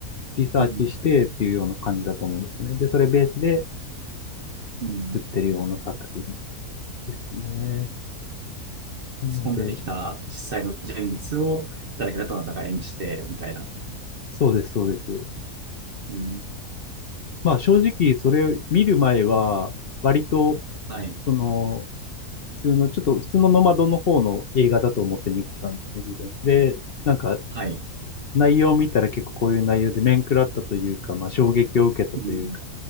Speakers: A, on the left (about 50°); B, on the right (about 50°).
A: リサーチしてっていうような感じだと思うんですね。
B: うん。
A: で、それベースで
B: うん。
A: 作ってるような作品ですね。なので、
B: そこに出てきた実際の人物を誰かがどなたか演じて、みたいな。
A: そうです、そうです。
B: うん。
A: まあ正直それを見る前は、割と、
B: はい。
A: その、普通の、ちょっと普通のノマドの方の映画だと思って見てたんですね、自分。で、なんか
B: はい。
A: 内容を見たら結構こういう内容で面食らったというか、まあ衝撃を受けたというか、
B: うん。